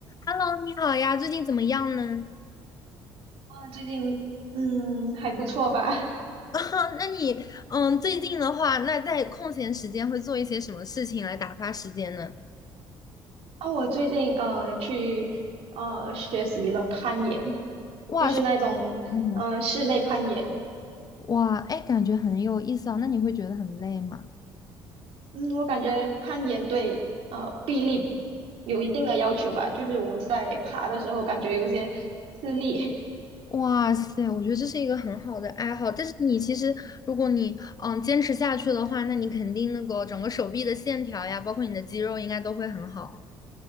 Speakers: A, on the left (about 35°); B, on the right (about 70°).
A: Hello，你好呀，最近怎么样呢？
B: 啊，最近嗯还不错吧？<laughs>
A: <laughs> 啊，那你，嗯，最近的话，那在空闲时间会做一些什么事情来打发时间呢？
B: 啊，我最近呃去呃学习了攀岩，
A: 哇说
B: 就是那种呃室内攀岩。
A: 得很哇，哎，感觉很有意思啊。那你会觉得很累吗？
B: 嗯，我感觉攀岩对呃臂力有一定的要求吧，就是我在爬的时候感觉有些吃力。<laughs>
A: 哇塞，我觉得这是一个很好的爱好，但是你其实，如果你，嗯，坚持下去的话，那你肯定那个整个手臂的线条呀，包括你的肌肉，应该都会很好。